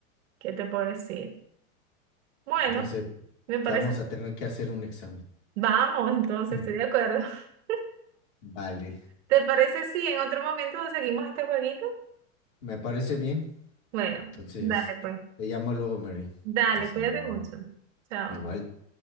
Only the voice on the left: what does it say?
No sé,
te vamos
a tener que hacer un examen.
Mm.
Vale,
me parece bien.
Entonces,
te llamo luego, Mary.
Hasta
luego.
Igual.